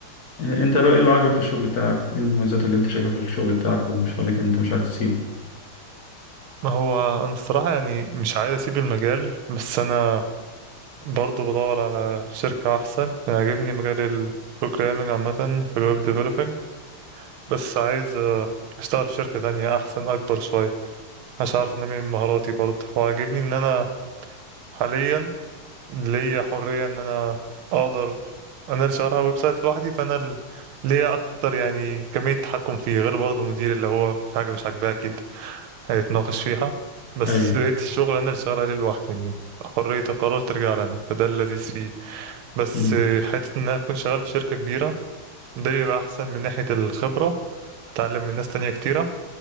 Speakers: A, on the left (about 55°); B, on the right (about 80°).
A: آه، انت بقى ايه اللي عاجبك في الشغل بتاعك ايه المميزات اللي انت شايفها في الشغل بتاعك ومش خليك انت مش عايز تسيبه
B: ما هو أنا الصراحة يعني مش عايز أسيب المجال بس أنا برضه بدور على شركة أحسن يعني عاجبني مجال ال programming عامة في الويب developing بس عايز آه، أشتغل في شركة تانية أحسن أكبر شوية عشان أعرف أنمي من مهاراتي برضه وعاجبني إن أنا حاليا ليا حرية إن أنا أقدر أنا اللي شغال على ويب سايت لوحدي فأنا ال- ليا أكتر يعني كمية تحكم فيه غير برضه مدير اللي هو في حاجة مش عاجباه أكيد هيتناقش فيها بس
A: ايوه
B: لقيت الشغل انا اللي شغال عليه لوحدي يعني حرية القرار ترجع لنا فده اللذيذ فيه بس
A: امم
B: آه، حتة ان انا اكون شغال في شركة كبيرة ده بيبقى احسن من ناحية الخبرة اتعلم من ناس تانية كتيرة